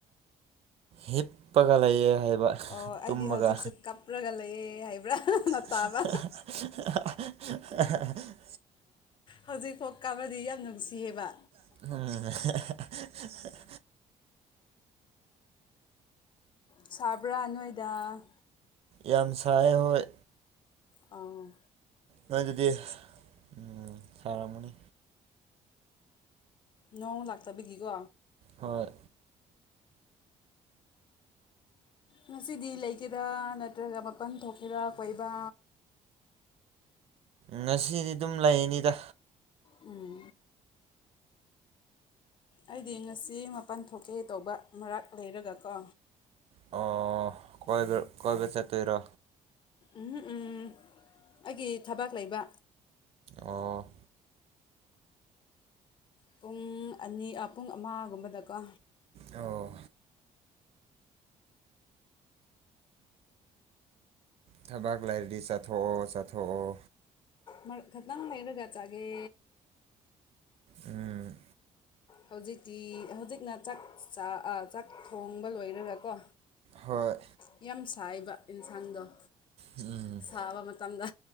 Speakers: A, on the right; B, on the left.
A: ꯍꯤꯞꯄꯒ ꯂꯩꯌꯦ ꯍꯥꯏꯕ
B: ꯑꯣ ꯑꯩꯗꯤ
A: ꯇꯨꯝꯃꯒ
B: ꯍꯧꯖꯤꯛꯁꯨ ꯀꯞꯔꯒ ꯂꯩꯌꯦ ꯍꯥꯏꯕ꯭ꯔꯥ ꯅ
A: <inaudible>
B: ꯇꯥꯕ ꯍꯧꯖꯤꯛꯐꯥꯎ ꯀꯞꯔꯗꯤ ꯌꯥꯝ ꯅꯨꯡꯁꯤꯌꯦꯕ
A: ꯍꯨꯝ
B: ꯁꯥꯕ꯭ꯔꯥ ꯅꯣꯏꯗ
A: ꯌꯥꯝ ꯁꯥꯏꯌꯦ ꯍꯣꯏ
B: ꯑꫭ
A: ꯅꯣꯏꯗꯗꯤ ꯎꯝ ꯁꯥꯔꯝꯒꯅꯤ
B: ꯅꯣꯡ ꯂꯥꯛꯇꯕꯤꯒꯤꯀꯣ
A: ꯍꯣꯏ
B: ꯉꯁꯤꯗꯤ ꯂꯩꯒꯦꯔꯥ ꯅꯠꯇ꯭ꯔꯒ ꯃꯄꯟ ꯊꯣꯛꯀꯦꯔꯥ ꯀꯣꯏꯕ
A: ꯉꯁꯤꯅꯤ ꯑꯗꯨꯝ ꯂꯩꯅꯤꯗ
B: ꯎꯝ ꯑꯩꯗꯤ ꯉꯁꯤ ꯃꯥꯄꯟ ꯊꯣꯛꯀꯦ ꯇꯧꯕ ꯃꯔꯥꯛ ꯂꯩꯔꯒ ꯀꯣ
A: ꯑꯣ ꯀꫭꯏꯕ ꯀꯣꯏꯕ ꯆꯠꯇꯣꯏꯔꯣ
B: ꯎꯍꯨ ꯎꯝ ꯑꯩꯒꯤ ꯊꯕꯥꯛ ꯂꯩꯕ
A: ꯑꫭ
B: ꯄꯨꯡ ꯑꯅꯤ ꯑꯥ ꯄꯨꯡ ꯑꯃꯒꯨꯝꯕꯗꯀꯣ
A: ꯑꯣ ꯊꯕꯥꯛ ꯂꯩꯥꯔꯗꯤ ꯆꯠꯊꯣꯛꯑꯣ ꯆꯠꯊꯣꯛꯑꯣ
B: ꯃꯔꯛ ꯈꯠꯇꯪ ꯂꯩꯔꯒ ꯆꯥꯒꯦ
A: ꯎꯝ
B: ꯍꯧꯖꯤꯛꯇꯤ ꯍꯧꯖꯤꯛꯅ ꯆꯥꯛ ꯆꯥ ꯑꯥ ꯆꯥꯛ ꯊꯣꯡꯕ ꯂꯣꯏꯔꯒꯀꯣ
A: ꯍꯣꯏ
B: ꯌꯥꯝ ꯁꯥꯏꯕ ꯏꯟꯁꯥꯡꯗꯣ
A: ꯎꯝ
B: ꯁꯥꯕ ꯃꯇꯝꯗ